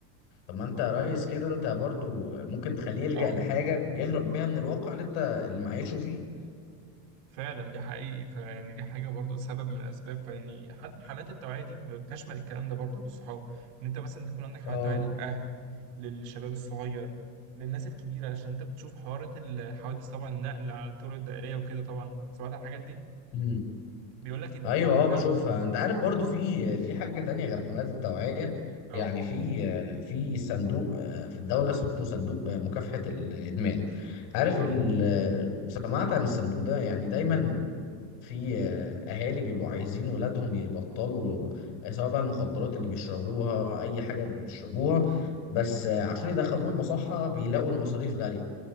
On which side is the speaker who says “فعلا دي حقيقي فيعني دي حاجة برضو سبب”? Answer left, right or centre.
Right